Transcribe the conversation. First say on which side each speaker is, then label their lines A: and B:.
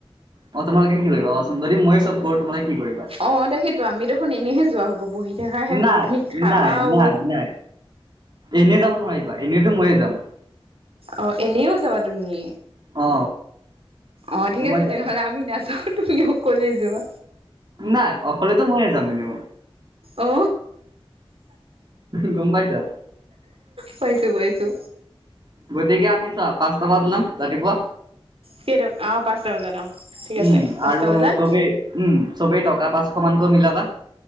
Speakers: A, on the right; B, on the right.
A: মই তোমাল কিা য মই চব কৰো, তোম কি কৰিবা
B: অ', তাকেইেতো, আমি দেখোন এনেহে যোৱা হব, বহি থকাাহে হব।
A: নাই
B: তুমি খাবাও
A: নাই নাই নাই এনেই যাব নোৱাৰিবা, এনেইতো মই যাম।
B: অ' এনেইও যাবা তুমি
A: অ
B: অ', ঠিক
A: গম
B: আছে
A: পাইছা
B: তেনেহলে, আমি নাযাওঁ তুমি অকলে যোৱা।
A: নাই অকলেতো মই যাম এনে।
B: অ
A: গম পাইছা?
B: পাইছো, পাইছো।
A: গতিকে, আমি চোৱা পাঁচটা মানত ওলাম, ৰাতিপুৱা
B: কেইটকা অ পাঁচটা বজাত অ ঠিক আছে
A: উম,
B: পাঁচটা
A: আৰু
B: বজাত
A: চবেই উম', চবেই টকা পাচ স মান ক মিলাবা।